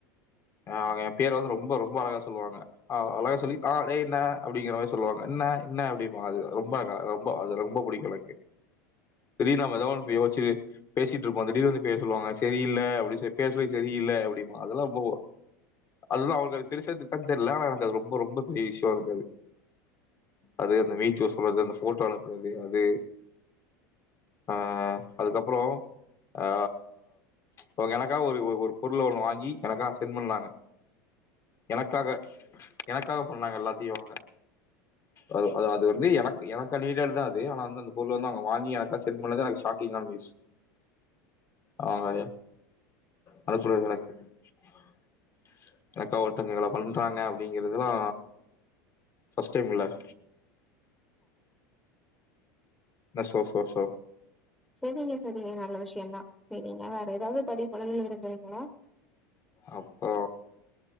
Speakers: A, on the left; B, in the centre.
A: அவங்க எம் பேர வந்து ரொம்ப ரொம்ப அழகா சொல்லுவாங்க அழகா சொல்லி அ டே என்ன அப்படிங்கற மாரி சொல்லுவாங்க ன்ன ன்ன அப்படிம்பாங்க அது ரொம்ப அழ ரொம்ப அது ரொம்ப புடிக்கு எனக்கு திடீர்னு நம்ம ஏதோ ஒன்னு யோசிச்சு பேசிட்டு இருப்போ திடீர் வந்து பேர் சொல்லுவாங்க சரியில்ல அப்புடி சொல் பேர் சொல்லி சரியில்ல அப்படி அதெல்லா போவோ அததுல்லா அவங்ளுக்கு அது தெரிசு தா தெரியல ஆனா எனக்கு அது ரொம்ப ரொம்ப பெரிய விஷயமா இருக்கு அது அது அந்த வீட்டோ சொல்றது அந்த ஃபோட்டோனு அது அ அதுக்கப்புற அ அவங்க எனக்காக ஒரு ஒரு பொருள ஒன்னு வாங்கி எனக்கா சென்ட் பண்ணாங்க எனக்காக எனக்காக பண்ணாங்க எல்லாத்தையு அவங்க அது அது வந்து எனக்கு நீடெடு தா அது ஆனா வந்து அந்த பொருள வாங்கி எனக்காக சென்ட் பண்ணது எனக்கு ஷாக்கிங் ஆன நியூஸ் அவுங்க அது <unintelligible> ஆஹ் எனக்காக ஒருத்தவங்க இவ்வள பண்றாங்க அப்படிங்கறதல்லா ஃபஸ்ட் டைம் இல்ல <inaudible> என்ன சோ சோ சோ
B: சரிங்க சரிங்க நல்ல விஷய தா சரிங்க வேற ஏதாவது பதிவு பண்ணனு விரும்புறீங்களா
A: அப்புற